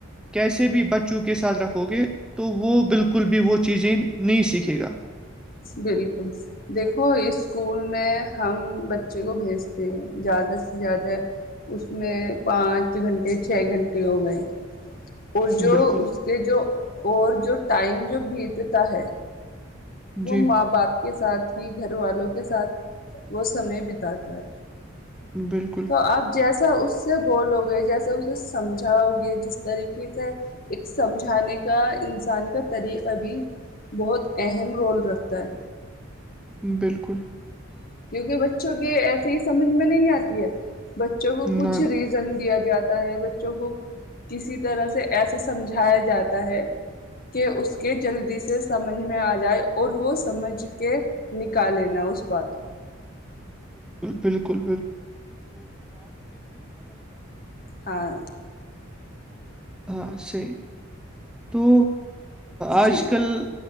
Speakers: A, in the centre; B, on the left.
A: کیسے بھی بچوں کے ساتھ رکھو گے تو وہ بالکل بھی وہ چیزیں نہیں سیکھے گا
B: بالکل دیکھو اس اسکول میں ہم بچے کو بھیجتے ہیں زیادہ سے زیادہ اس میں پانچ گھنٹے چھ گھنٹے ہو گئے اور جو
A: بالکل
B: اس کے جو اور جو ٹائم جو بیتتا ہے وہ
A: جی
B: ماں باپ کے ساتھ ہی گھر والوں کے ساتھ وہ سمے بتااتا ہے
A: بالکل
B: تو آپ جیسا اس سے بولو گے جیسے اسے سمجھاؤ گے جس طریقے سے ایک سمجھانے کا انسان کا طریقہ بھی بہت اہم رول رکھتا ہے
A: بالکل
B: کیونکہ بچوں کے ایسے ہی سمجھ میں نہیں آتی ہے بچوں کو کچھ
A: نہ نہ
B: ریزن دیا جاتا ہے کو کسی طرح سے ایسے سمجھایا جاتا ہے کہ اس کے جلدی سے سمجھ میں آ جائے اور وہ سمجھ کے نکال لینا اس بات کو
A: بالکل
B: ہاں <inaudible>
A: ہ سی تو آج
B: جی
A: کل